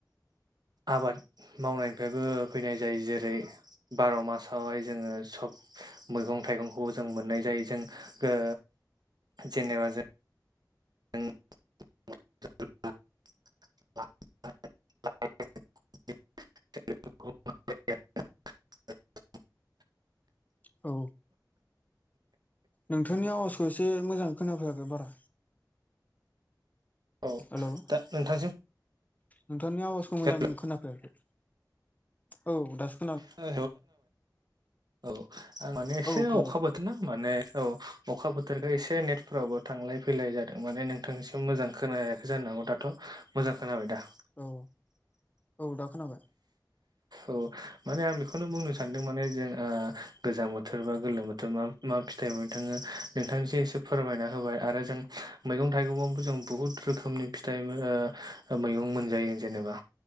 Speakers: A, on the right (about 65°); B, on the left (about 20°).
A: आबाद मावनायनिफायबो फैनाय जायो जेरै बार मासावहाय जोङो सब मैग गं थाइगंखौबो जों मोननाय जायो जों गो जेनेबा जों नों <unintelligible> <unintelligible> <unintelligible>
B: औ नोंथांनि आवाजखौ एसे मोजां खोनाफैयाखै बारा
A: औ
B: हेलौ
A: दा नोंथांसिम
B: नोंथांनि आवाजखौ
A: औ
B: मोजां खोनाफैआखि औ दास
A: <unintelligible> औ आं माने एसे
B: औ खोनाबाय
A: अखा बोथोर ना माने औ अखा बोथोरखाय एसे से नेटफोरावबो थांलाय फैलाय जादों माने नोंथांनिसिम मोजां खोनायाखै जानो हागौ दाथ' मोजां खोनाबाय दा?
B: औ औ दा खोनाबाय
A: औ माने आं बेखौनो बुंनो सानदों माने जों गोजां बोथोर बा गोलोम बोथोर मा मा फिथाइ मोननो थांङो नोंथांजों एसे फोरमायना होबाय आरो जों मैगं थाइगंआवबो जों बुहुत रोखोमनि फिथाइ मोन ओ मैगं मोनजायो जेनेबा